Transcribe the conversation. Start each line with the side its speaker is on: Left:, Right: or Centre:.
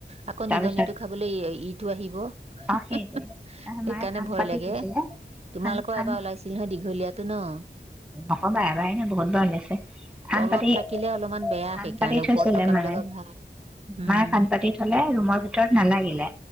Right: আকৌ নিগনিটো
Centre: পিছত
Right: খাবলৈ ইটো আহিব, সেইকাৰণে
Centre: অ সেইটোৱে তাৰপিছত মায়ে ফান
Right: ভয়
Centre: পাতি
Right: লাগ
Centre: থৈছিলে
Right: এএ তোমালোকৰ
Centre: ফান ফান
Right: এবাৰ ওলাইছিল নহয় দীঘলীয়াতটো ন?
Centre: অকবা এবাৰেনে বহুতবাৰ হৈ আছে? ফাঁন
Right: তলত
Centre: পাতি,
Right: থাকিলে অলপমান বেয়া
Centre: ফাঁন
Right: সেইকাৰণে
Centre: পাতি থৈছিলে
Right: ওপৰত থকা
Centre: মায়ে,
Right: বিলাকৰ ভাল উম
Centre: মায়ে ফাঁন পাতি থ'লে ৰুমৰ ভিতৰত নালাগিলে,